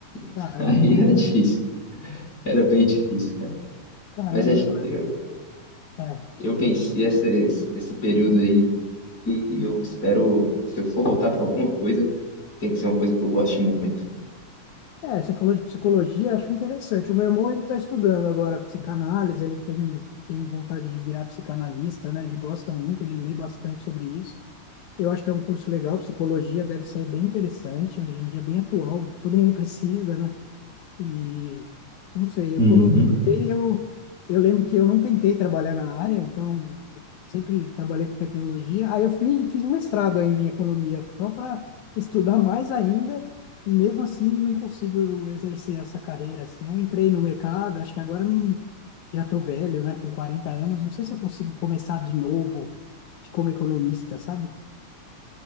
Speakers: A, on the left; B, on the left.
A: <laughs>
B: Caramba.
A: Aí era difícil, era bem difícil, cara.
B: Caramba.
A: Mas a gente-
B: não-
A: eu,
B: É.
A: eu venci essa- esse, esse período aí e eu espero, se eu for voltar para alguma coisa, tem que ser uma coisa que eu goste muito.
B: É, você falou de psicologia, acho interessante. O meu irmão, ele está estudando agora psicanálise, ele tem, tem vontade de virar psicanalista, né? Ele gosta muito, ele lê bastante sobre isso. Eu acho que é um curso legal, psicologia deve ser bem interessante, hoje em dia é bem atual, todo mundo <laughs> precisa, né? E não sei,
A: Uhum.
B: eu quando me formei, eu, eu lembro que eu não tentei trabalhar na área, então sempre trabalhei com tecnologia. Aí eu fui e fiz um mestrado ainda em economia, só para estudar mais ainda, e mesmo assim não consigo exercer essa carreira, assim, não entrei no mercado, acho que agora não, já estou velho, né, com 40 anos, não sei se eu consigo começar de novo de como economista, sabe?